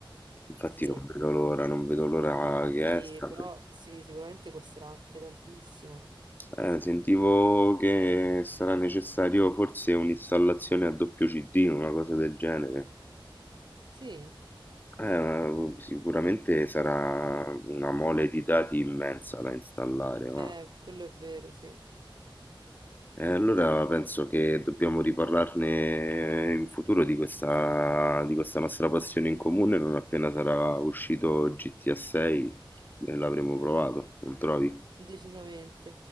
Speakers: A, on the left (about 20°); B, on the right (about 55°).
A: Infatti
B: Sì.
A: non vedo l'ora, non vedo l'ora che
B: Sì,
A: esca.
B: però sì, sicuramente costerà anche tantissimo.
A: Eh, sentivo che sarà necessario forse un'installazione a doppio CD, una cosa del genere.
B: Sì,
A: Eh, sicuramente sarà una mole di dati immensa da installare, ma...
B: eh, quello è vero, sì,
A: E allora penso che dobbiamo riparlarne in futuro di questa, di questa nostra passione in comune non appena sarà uscito GTA 6 e l'avremo provato, non trovi?
B: decisamente.